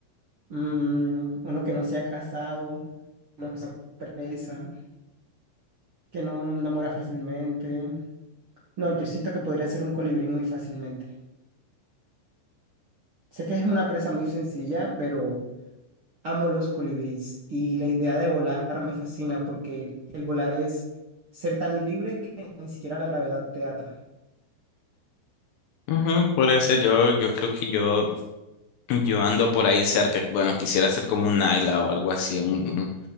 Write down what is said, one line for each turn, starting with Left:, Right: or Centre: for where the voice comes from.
Right: Mm, uno que no sea casado, no sea presa, que no, no muera fácilmente. No, yo siento que podría ser un colibrí muy fácilmente. Sé que es una presa muy sencilla, pero amo los colibríes. Y la idea de volar me fascina porque el el volar es ser tan libre que ni siquiera la gravedad te ata.
Left: Ujú, podría ser yo, yo creo que yo, yo ando por ahí cerca, bueno, quisiera ser como un Naila o algo así, un, un